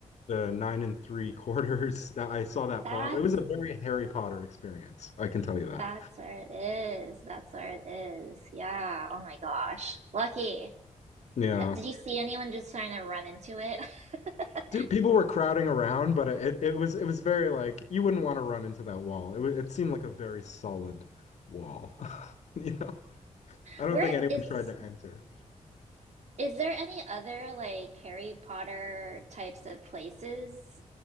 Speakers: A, on the left; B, on the right.
A: the nine and three quarters <laughs> that I saw that
B: that's
A: plop. It was a very Harry Potter experience. I can tell you that.
B: That's where it is. That's where it is. Yeah. Oh my gosh. Lucky.
A: Yeah.
B: Ha- Did you see anyone just trying to run into it? <laughs>
A: Dude, people were crowding around, but it, it was it was very like you wouldn't want to run into that wall. It, wa- it seemed like a very solid wall, <laughs> you know? I
B: Where
A: don't think anyone
B: is
A: tried to enter.
B: is there any other like Harry Potter types of places